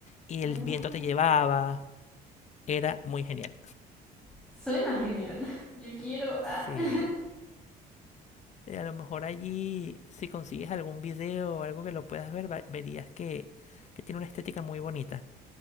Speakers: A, on the left; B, in the centre.
A: y
B: Ah,
A: el viento te llevaba. Era muy genial.
B: suena genial. <laughs> Yo quiero. Ah.
A: Sí.
B: <laughs>
A: Eh, a lo mejor allí, si consigues algún video o algo que lo puedas ver, va- verías que, que tiene una estética muy bonita.